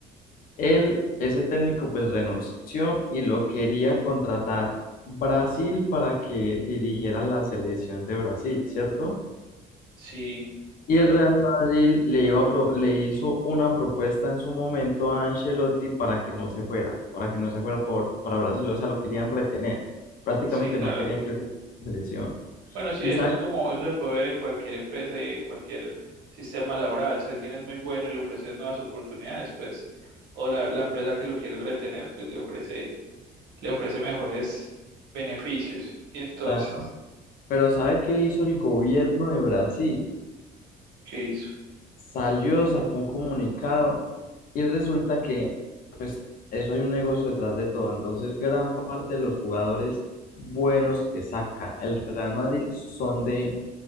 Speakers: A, on the left; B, on the right.
A: Él, ese técnico, pues renunció y lo quería contratar Brasil para que dirigiera la selección de Brasil, ¿cierto?
B: sí.
A: Y el Real Madrid le iba a pro- le hizo una propuesta en su momento a Ancelotti para que no se fuera, para que no se fuera por, para Brasil, o sea, lo querían retener. Prácticamente
B: Sí, claro.
A: no querían que él fuera a la selección.
B: Bueno, sí,
A: Y
B: eso
A: sabe,
B: es como, eso se puede ver en cualquier empresa y en cualquier sistema laboral. Si alguien es muy bueno y le ofrece nuevas oportunidades, pues, o la, la empresa que lo quiere retener, pues le ofrece, le ofrece mejores beneficios. Y entonces,
A: la- pero ¿sabe qué hizo el gobierno de Brasil?
B: ¿qué hizo?
A: salió, sacó un comunicado y resulta que, pues, eso hay un negocio detrás de todo. Entonces, gran parte de los jugadores buenos que saca el Real Madrid son de,